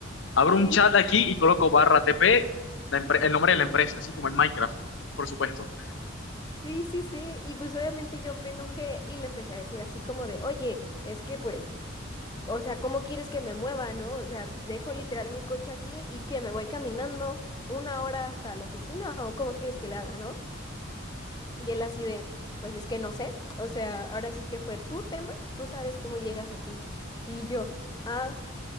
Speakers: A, on the left (about 65°); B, on the left (about 20°).
A: Abro
B: Sí,
A: un chat aquí y coloco barra TP, la empre- el nombre de la empresa, así como en Minecraft, por supuesto.
B: sí, sí, sí. Y pues obviamente yo me enojé y le empecé a decir así como de, oye, es que pues, o sea, ¿cómo quieres que me mueva, no? O sea, dejo literal mi coche aquí y que me voy caminando una hora hasta la oficina o cómo quieres que le haga, ¿no? Y él así de, pues es que no sé. O sea, ahora sí que fue tu tema, tú sabes cómo llegas aquí. Y yo, ah,